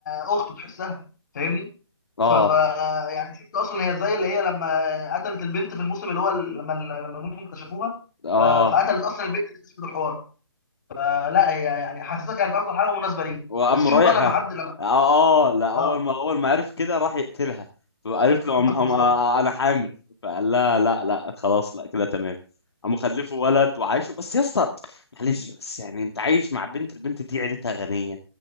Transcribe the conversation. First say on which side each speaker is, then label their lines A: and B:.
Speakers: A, on the left; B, on the left.
A: اخته تحسها فاهمني
B: اه
A: ف... ف يعني شفت اصلا هي زي اللي هي لما قتلت البنت في الموسم اللي هو ال- لما ال- لما هم اكتشفوها
B: اه
A: ف... فقتلت اصلا البنت اللي اكتشفت الحوار فلا هي يعني حاسسها كانت اكتر حاجه مناسبه ليه
B: وقام
A: بس شوف
B: رايحة
A: بقى لما حد لما
B: اه اه لا اول
A: اه
B: ما اول ما عرف كده راح يقتلها فقالت
A: <laughs>
B: له أم أم
A: بالظبط
B: آه، آه، انا حامل فقال لها لا لا خلاص لا كده تمام قام خلفه ولد وعايشه بس يا اسطى معلش بس يعني انت عايش مع بنت البنت دي عيلتها غنية